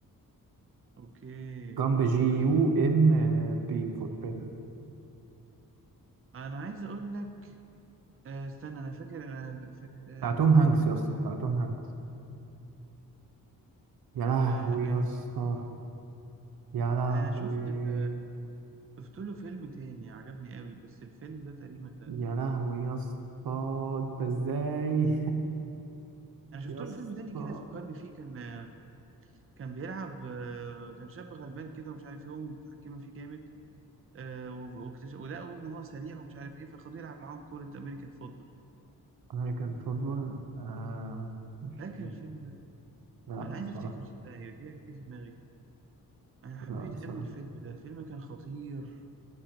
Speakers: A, on the right; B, on the right.
A: اوكي
B: جامب جي
A: فورست
B: يو
A: جان
B: ام بي فور بيدن
A: انا عايز اقول لك آه استنى انا فاكر انا فاكر آه
B: بتاع توم هانكس يا اسطى بتاع توم هانكس يا لهوي
A: آه آه
B: يا اسطى يا لهوي
A: انا شفت ال... شفت له فيلم تاني عجبني قوي بس الفيلم ده تقريبا لا
B: يا لهوي يا اسطى انت ازاي
A: انا شفت
B: <laughs> يا اسطى
A: له فيلم تاني كده فكرني فيه كان آه، كان بيلعب آه، كان شاب غلبان كده ومش عارف يقوم متحكمة فيه جامد آه، واكتش- ولقوا ان هو سريع ومش عارف ايه فخدوه يلعب معاهم كوره امريكان فوتبول
B: امريكان فوتبول آه مش
A: فاكر الفيلم ده
B: لا
A: انا عايز
B: بصراحة
A: افتكره صدقني رجع كيف في دماغي انا حبيت
B: لا بصراحة
A: قوي الفيلم ده الفيلم كان خطير